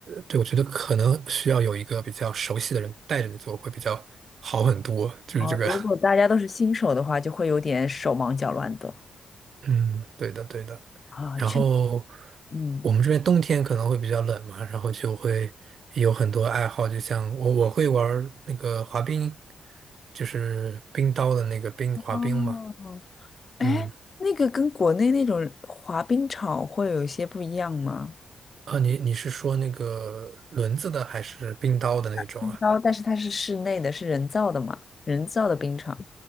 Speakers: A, on the right; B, on the left.
A: 对我觉得可能需要有一个比较熟悉的人带着你做会比较好很多，就是这个。
B: 哦，如果大家都是新手的话，就会有点手忙脚乱的
A: 嗯，对的，对的。
B: 啊，
A: 然后
B: 确，嗯，
A: 我们这边冬天可能会比较冷嘛，然后就会有很多爱好，就像我我会玩儿那个滑冰，就是冰刀的那个冰滑冰嘛。
B: 哦，哎，
A: 嗯，
B: 那个跟国内那种滑冰场会有一些不一样吗？
A: 啊，你你是说那个轮子的还是冰刀的那种啊？
B: 冰刀，但是它是室内的，是人造的嘛？人造的冰场。